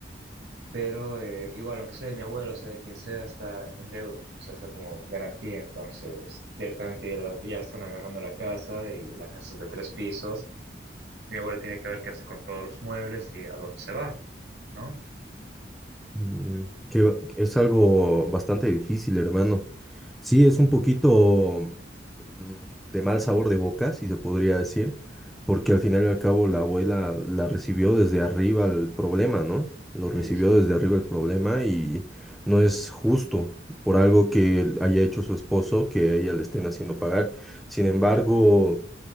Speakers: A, on the right; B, in the centre.
A: Pero eh, igual, aunque sea de mi abuelo, o sea, de quien sea, está en deuda, o sea, está como garantía, entonces directamente ya, la- ya le están agarrando la casa y la casa es de tres pisos, mi abuelo tiene que ver qué hace con todos los muebles y a dónde se va, ¿no?
B: Mm, que va- es algo bastante difícil, hermano. Sí, es un poquito mm, de mal sabor de boca, si se podría decir, porque al final y al cabo la abuela la recibió desde arriba el problema, ¿no? Lo recibió
A: Sí, sí.
B: desde arriba el problema y no es justo por algo que él haya hecho su esposo que a ella le estén haciendo pagar. Sin embargo,